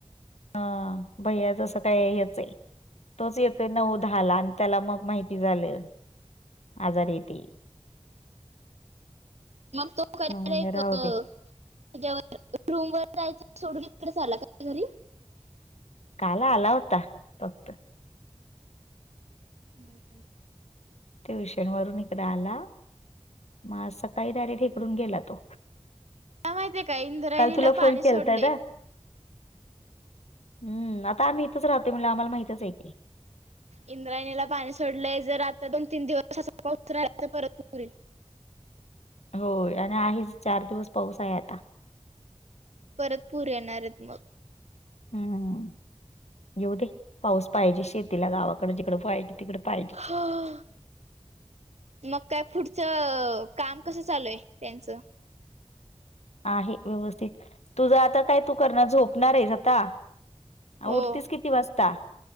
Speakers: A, on the left; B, on the right.
A: हां, भैया जसं काय येत चय, तोच येतोय नऊ-दहा ला आनं त्याला मग माहिती झालं. आजारी ती.
B: मग तो खर
A: म्हणले
B: एक अ
A: राहू
B: <unintelligible>
A: दे
B: त्याच्यावर रूम वर जायचं सोडून, इकडे झाला का घरी?
A: काल आला होता फक्त.
B: हम्म.
A: ट्युशन वरून इकड आला, मग आज सकाळी डायरेक्ट इकडून गेला तो.
B: का माहितीय का इंद्रायणीला
A: काल तुला
B: पाणी
A: फोन
B: सोडले
A: केलता ना,? हम्, आता आम्ही इथच राहतोय म्हणले आमला माहितचकि.
B: इंद्रायणीला पाणी सोडलंय, जर आाता दोन-तीन दिवस असाचे पाऊस राहिला तर परत पुर एईल.
A: होय आणि आहेच चार दिवस पाऊस आहे आता.
B: परत पूर येणारेत मग.
A: हम्म म, येऊ दे, पाऊस पाहिजे शेतीला, गावाकड जिकड पाहिजे, तिकड पाहिजे.
B: हां. मग काय पुढचं काम कसं चालूय त्यांचं?
A: आहे व्यवस्थित तुझं आता काय तू करणार झोपणार आहेस आता?
B: हो
A: अ उटतीस किती वाजता?